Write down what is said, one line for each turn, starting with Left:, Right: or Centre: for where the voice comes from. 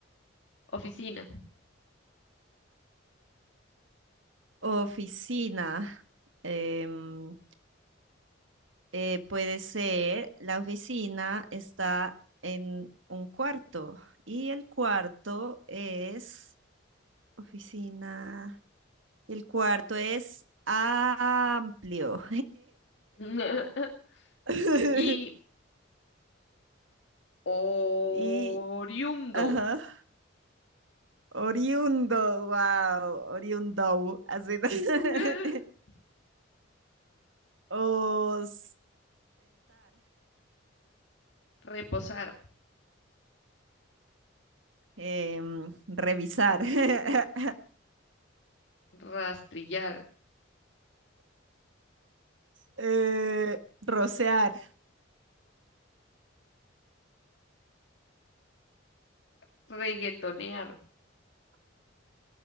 Left: Oficina.
Right: Oficina. em, Eh, puede ser, la oficina está en un cuarto y el cuarto es oficina y el cuarto es amplio.
Left: <laughs>
Right: <laughs>
Left: Y oriundo.
Right: Y, ajá, oriundo, wow, oriundo, así. <laughs>
Left: <laughs>
Right: Ostentar,
Left: Reposar,
Right: em, revisar, <laughs>
Left: rastrillar,
Right: eh, rocear,
Left: r- reguetonear,